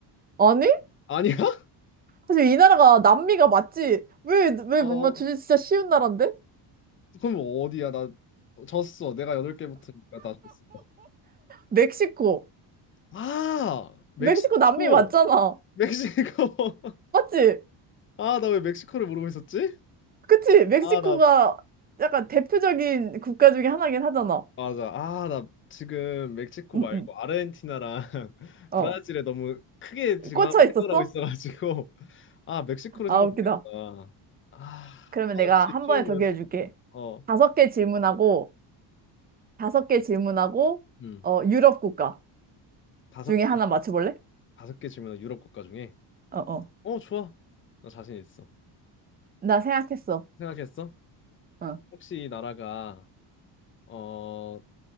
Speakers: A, on the right; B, on the left.
A: 아니?
B: 아니야? <laughs>
A: 사실 이 나라가 남미가 맞지? 왜, 왜
B: 어,
A: 못 맞추지? 진짜 쉬운 나라인데?
B: 그럼 어디야? 나 졌어. 내가 여덟 개부터니까 다 졌어.
A: 멕시코.
B: 아, 멕시코,
A: 멕시코 남미 맞잖아.
B: 멕시코. <laughs>
A: 맞지?
B: 아, 나 왜 멕시코를 모르고 있었지?
A: 그치? 멕시코가
B: 아, 나
A: 약간 대표적인 국가 중에 하나긴 하잖아.
B: 맞아. 아, 나 지금 멕시코
A: 응,
B: 말고
A: 응.
B: 아르헨티나랑 <laughs>
A: 어.
B: 브라질에 너무 크게 지금
A: 꽂혀
B: 하-
A: 있었어?
B: 생각을 하고 있어가지고 <laughs> 아, 멕시코를
A: 아,
B: 생각
A: 웃기다.
B: 못했다. 아, 아,
A: 그러면 내가
B: 역시
A: 한
B: 쉬운
A: 번에 더
B: 거였어.
A: 기회 줄게.
B: 어,
A: 다섯 개 질문하고, 다섯 개 질문하고,
B: 음,
A: 어, 유럽 국가
B: 다섯
A: 중에
B: 개,
A: 하나 맞춰볼래?
B: 다섯 개 질문 유럽 국가 중에.
A: 어, 어.
B: 어, 좋아. 나 자신 있어.
A: 나 생각했어.
B: 생각했어?
A: 어.
B: 혹시 이 나라가 어,